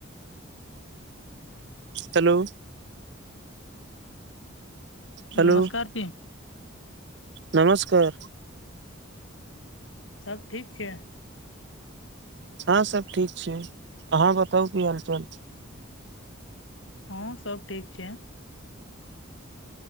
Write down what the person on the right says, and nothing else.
hello hello
नमस्कार
हँ सब ठीक छै अहाँ बताउ की हालचाल